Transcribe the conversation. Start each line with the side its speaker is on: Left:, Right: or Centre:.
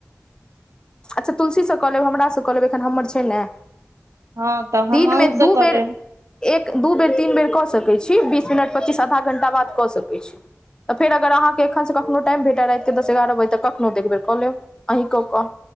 Left: अच्छा तुलसीसँ कऽ लेब, हमरासँ कऽ लेब। एखन हमर छै ने,
Right: हँ तऽ
Left: दिनमे
Right: हम अहूँ
Left: दू
Right: से कऽ
Left: बेर।
Right: लेब
Left: एक दू बेर, तीन बेर कऽ सकैत छी। बीस मिनट, पच्चीस मिनट, आधा घण्टा बाद कऽ सकैत छी। तऽ फेर अगर अहाँके एखनसँ कखनो टाइम भेटय, राति एगारह बजे कखनो, तऽ एक बेर कऽ लेब। अहि कऽ क